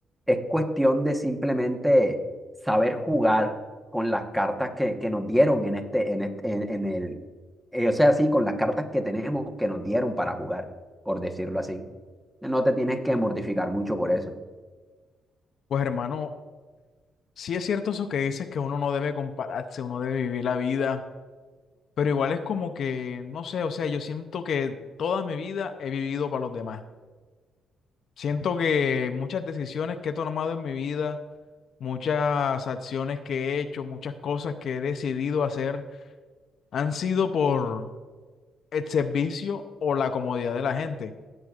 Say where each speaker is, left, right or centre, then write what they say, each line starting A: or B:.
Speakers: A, in the centre; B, on the left.
A: es cuestión de simplemente saber jugar con las cartas que, que nos dieron en este, en este, en, en el, eh, o sea, sí, con las cartas que tenemos que nos dieron para jugar, por decirlo así. No te tienes que mortificar mucho por eso.
B: Pues hermano, sí es cierto eso que dices que uno no debe compararse, uno debe vivir la vida, pero igual es como que, no sé, o sea, yo siento que toda mi vida he vivido para los demás. Siento que muchas decisiones que he tomado en mi vida, muchas acciones que he hecho, muchas cosas que he decidido hacer, han sido por el servicio o la comodidad de la gente.